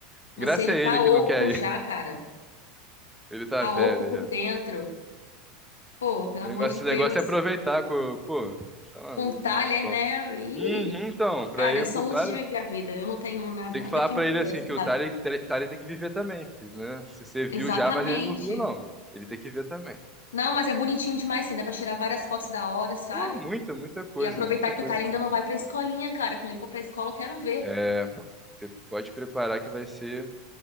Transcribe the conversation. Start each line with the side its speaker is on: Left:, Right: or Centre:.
Left: você
Centre: Graça
Left: já
Centre: é
Left: tá
Centre: ele
Left: oco
Centre: que não quer
Left: já,
Centre: ir.
Left: cara.
Centre: Ele tá
Left: Tá
Centre: velho
Left: oco por
Centre: já.
Left: dentro. Pô, pelo
Centre: O
Left: amor
Centre: negócio,
Left: de Deus.
Centre: o negócio é aproveitar, com pô. Tá maluco,
Left: Com Thaler,
Centre: muito bom.
Left: né? Ih,
Centre: Uhum, então, pra
Left: cara,
Centre: ir
Left: eu sou
Centre: pro
Left: muito
Centre: Thales.
Left: de viver a vida. Eu não tenho na-
Centre: Você
Left: nada
Centre: tem que falar
Left: que
Centre: pra
Left: me impeça,
Centre: ele assim, que
Left: sabe?
Centre: o Tali, Tali tem que viver também, filho, né? Se Você
Left: Exatamente.
Centre: viu já, mas ele não viu, não. Ele tem que ver também.
Left: Não, mas é bonitinho demais, sim. Dá pra tirar várias fotos da hora, sabe?
Centre: Pô, muita, muita coisa,
Left: E aproveitar
Centre: muita
Left: que
Centre: coisa
Left: o Tyler
Centre: mesmo.
Left: ainda não vai pra escolinha, cara. Quando ele for pra escola, eu quero ver.
Centre: É, você pode preparar que vai ser